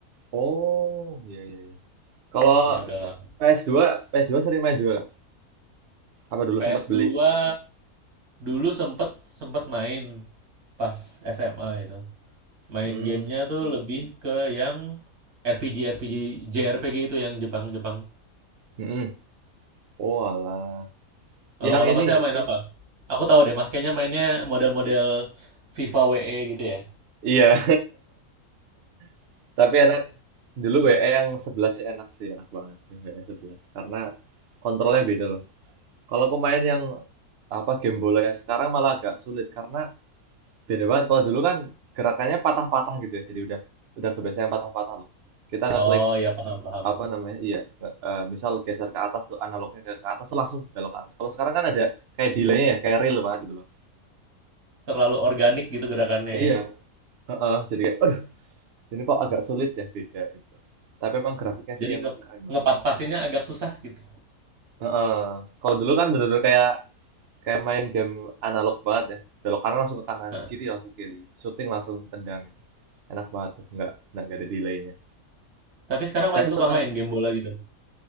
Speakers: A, on the right; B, on the right.
A: oh, iya iya iya. Kalau
B: Iya udah lama.
A: PS2, ps dua P S dua sering main juga. nggak? Apa dulu
B: ps
A: sempat beli?
B: dua dulu sempet sempet main pas SMA itu. Main
A: Hmm,
B: gamenya tuh lebih ke yang RPG RPG JRPG itu yang Jepang Jepang.
A: mm-mm. Oh, alah.
B: Oh,
A: Yang
B: kalau
A: ini
B: masnya
A: nggak
B: main
A: sih?
B: apa? Aku tahu deh, Mas kayaknya mainnya model-model FIFA WE gitu ya.
A: Iya. <laughs> Tapi enak. Dulu WE yang 11 sih enak sih, enak banget yang WE sebelas Karena kontrolnya beda loh. Kalau pemain yang apa game bola yang sekarang malah agak sulit karena beda banget. Kalau dulu kan gerakannya patah-patah gitu ya. Jadi udah udah kebiasaan yang patah-patah loh. Kita nggak
B: Oh
A: klik
B: ya paham paham.
A: apa namanya? Iya, nge- eh, misal geser ke atas tuh analognya ke, ke atas tuh langsung belok ke atas. Kalau sekarang kan ada kayak delay-nya ya, kayak real banget gitu loh.
B: Terlalu organik gitu gerakannya
A: Iya,
B: ya.
A: heeh, jadi kayak Ini kok agak sulit ya beda itu. Tapi emang grafiknya sih
B: Jadi
A: emang
B: nge
A: keren masih.
B: ngepas-pasinnya agak susah gitu.
A: Heeh. Kalau dulu kan bener-bener kayak kayak main game analog banget ya. Belok kanan langsung ke kanan,
B: Heeh.
A: kiri langsung kiri, shooting langsung tendang gitu. Enak banget tuh, nggak nggak nggak ada delaynya.
B: Tapi sekarang
A: Tapi
B: masih suka
A: suka
B: main game bola gitu.